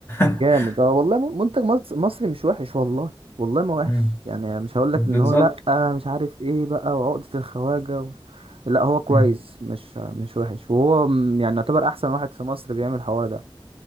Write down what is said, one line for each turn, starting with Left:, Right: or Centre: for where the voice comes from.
Left: <laughs>
Right: جامد اه والله م- منتج مص- مصري مش وحش والله والله ما وحش
Left: مم.
Right: يعني مش هقول لك
Left: بالظبط
Right: ان هو لا آه مش عارف ايه بقى وعقدة الخواجة و... لا هو كويس
Left: مم.
Right: مش مش وحش وهو م- يعني يعتبر احسن واحد في مصر بيعمل الحوار ده